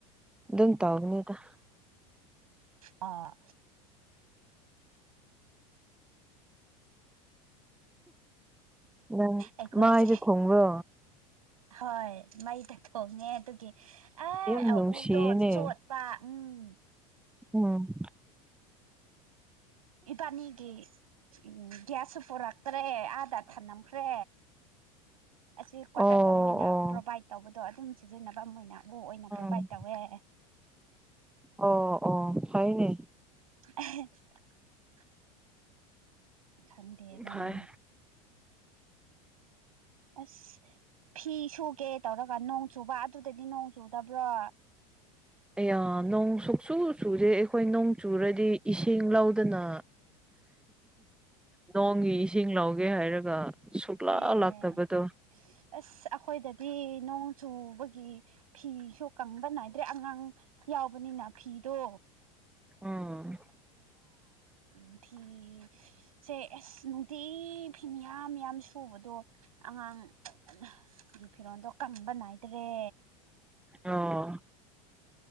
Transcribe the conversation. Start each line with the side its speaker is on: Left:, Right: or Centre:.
Centre: ꯑꯗꯨꯝ ꯇꯧꯒꯅꯤꯗ
Right: ꯑꯥ
Centre: ꯅꯪ
Right: ꯑꯩꯈꯣꯏꯁꯦ
Centre: ꯃ ꯑꯩꯗ ꯊꯣꯡꯕꯣ
Right: ꯍꯣꯏ ꯃꯥꯥꯏ ꯇ ꯊꯣꯡꯉꯦ ꯑꯗꯨꯒꯤ ꯑꯦ
Centre: ꯌꯥꯝ ꯅꯨꯡꯁꯤꯌꯦꯅꯦ
Right: ꯎꯗꯣ ꯆꯣꯠꯄ ꯎꯝ
Centre: ꯎꯝ
Right: ꯏꯕꯥꯅꯤꯒꯤ ꯎ ꯭ꯁꯄꯔꯛ ꯦ ꯑꯦ ꯑꯗꯥꯥ ꯊꯥꯟꯂꯝꯝꯈ꯭ꯔꯦ ꯑꯁꯤ ꯀ꯭ꯋꯥꯇꯔꯗ
Centre: ꯑꯣ
Right: ꯃꯣꯏꯅ
Centre: ꯑꯣ
Right: ꯄ꯭ꯔꯣꯕꯥꯏꯠ ꯇꯧꯕꯗꯣ ꯑꯗꯨꯝ ꯁꯤꯖꯤꯟꯅꯕ ꯑꯃ ꯑꯣꯏꯅ ꯎ ꯑꯣꯏꯅ ꯄ꯭ꯔꯣꯕꯥꯏꯗ
Centre: ꯎꯝ
Right: ꯇꯧꯋꯦ ꯑꯦ
Centre: ꯑꯣ ꯑꯣ ꯍꯥꯏꯅꯦ
Right: <inaudible> ꯈꯪꯗꯦ ꯑꯗꯨꯝ
Centre: ꯐꯩ
Right: ꯑꯁ ꯐꯤ ꯁꯨꯒꯦ ꯇꯧꯔꯒ ꯅꯣꯡ ꯆꯨꯕ ꯑꯗꯨꯗꯗꯤ ꯅꯣꯡ ꯆꯨꯗꯕ꯭ꯔꯣ
Centre: ꯑ ꯅꯣꯡ ꯁꯣꯛꯆꯨ ꯆꯨꯁꯦ ꯑꯩꯈꯣꯏ ꯅꯣꯡ ꯆꯨꯔꯗꯤ ꯏꯁꯤꯡ ꯂꯧꯗꯅ ꯅꯣꯡꯒꯤ ꯏꯁꯤꯡ ꯂꯧꯒꯦ ꯍꯥꯏꯔꯒ ꯁꯨꯛꯂꯥꯛ
Right: ꯑꯦ
Centre: ꯂꯥꯛꯇꯕꯗꯣ
Right: ꯑꯁ ꯑꯩꯈꯣꯏꯗꯗꯤ ꯅꯣꯡ ꯆꯨꯕꯒꯤ ꯒꯤ ꯐꯤꯁꯨ ꯀꯪꯕ ꯅꯥꯏꯗ꯭ꯔꯦ ꯑꯉꯥꯡ ꯌꯥꯎꯕꯅꯤꯅ ꯐꯤꯗꯣ
Centre: ꯎꯝ
Right: ꯎꯝ ꯐꯤ ꯁꯦ ꯑꯁ ꯅꯨꯡꯇꯤ ꯐꯤꯌꯥꯝ ꯌꯥꯝ ꯁꯨꯕꯗꯣ ꯑꯉꯥꯡꯒꯤ ꯐꯤꯔꯣꯟꯜꯗꯣ ꯀꯝꯕ ꯅꯥꯏꯗ꯭ꯔꯦ
Centre: ꯑꯣ